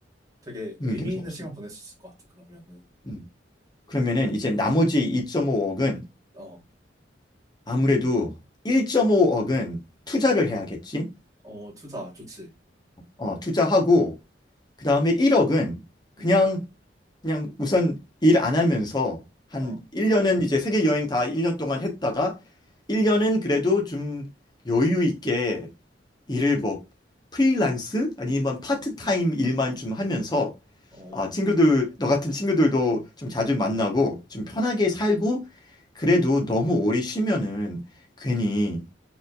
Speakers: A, on the right (about 20°); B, on the left (about 25°).
A: 되게 의미
B: 음, 괜찮지.
A: 있는 시간 보낼 수 있을 것 같아, 그러면은.
B: 음. 그러면은 이제 나머지 2.5억은
A: 어,
B: 아무래도 1.5억은 투자를 해야겠지.
A: 어, 투자 좋지.
B: 어, 투자하고 그다음에 1억은 그냥
A: 음,
B: 그냥 우선 일 안 하면서 한
A: 어,
B: 1년은 이제 세계 여행 다 1년 동안 했다가 1년은 그래도 좀 여유 있게 일을 뭐 프리랜스 아니면
A: 음,
B: 파트타임 일만 좀 하면서
A: 어,
B: 아, 친구들, 너 같은 친구들도 좀 자주 만나고 좀 편하게 살고 그래도 너무 오래 쉬면은 괜히